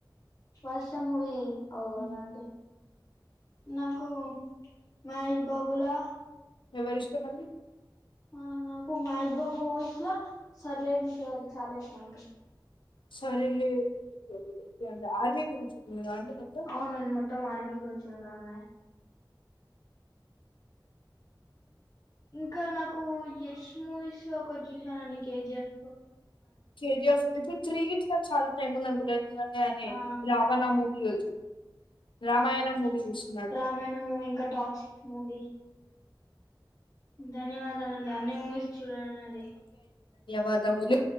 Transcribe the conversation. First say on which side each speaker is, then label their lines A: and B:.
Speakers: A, on the left (about 45°); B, on the left (about 85°).
A: వర్షం మూవీ ఓనా
B: హ్మ్.
A: అండి. నాకు మహేష్ బాబులా
B: ఎవరిష్టంమండి?
A: ఆ నాకు మహేష్ బాబు మూవీస్ లో సరిలేరు
B: సరే
A: నీకెవ్వరు చాలా ఇష్టం అండి.
B: సరేలే ఓకే అండి ఆర్మీ గురించి ఉందా అండి మొత్తం
A: అవునండి మొత్తం ఆర్మీ గురించి ఉండమే ఇంకా నాకు యష్ మూవీస్ ఒకటి చూసానండి కేజీఎఫ్
B: కేజీఎఫ్ ఇప్పుడు త్రీ గీట్ చాలా టైం ఉంది అనుకుంట ఎందుకంటే అనే
A: ఆ
B: రావణా మూవీ <inaudible> రామాయణ
A: రామాయణం మూవీ
B: తీస్తున్నాడు
A: రామాయణం మూవీ ఇంకా టాక్సిక్స్ మూవీ ధన్యవాదాలండి అన్ని మూవీస్ చూడను అండి
B: బదములు